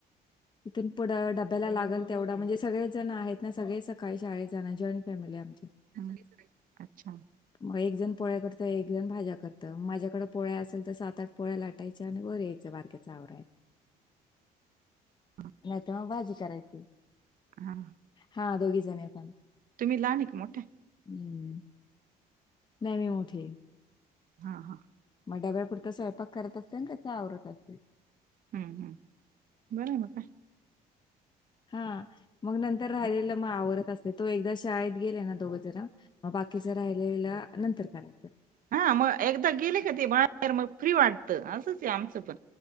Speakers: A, on the left; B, on the right.
A: तथून पुढं डब्याला लागल तेवढं म्हणजे सगळे. जण आहेत ना सगळे सकाळी शाळेत जाण जॉईंट फॅमिली आमची.
B: हं. अच्छा
A: मग एक जण पोळ्या करत, एक जण भाज्या करत माझ्या पोळ्या असेल तर सात आठ पोळ्या लाटायच्या, आणि बर यायचं बारक्याचा आवरा.
B: ह. <unintelligible>
A: नाही तर मग बाजी करायची.
B: हां
A: हा दोघी जण यता
B: तुम्ही लहान आहे का मोठ्या?
A: हम्. नाही मी मोठी.
B: हा हा.
A: मग डाब्यापुरत स्वयंपाक करत असते, ना त्याचा आवरत असते.
B: हम्म हम्म बरं म का.
A: हा मग नंतर राहिलेलं मग आवरत असते, तो एकदा शाळेत गेले ना दोघं जरा. बाकीच राहिलेला नंतर करायचं.
B: हा मग एकदा गेले का ते बाहेर मग फ्री वाटतं असंच आमचं पण.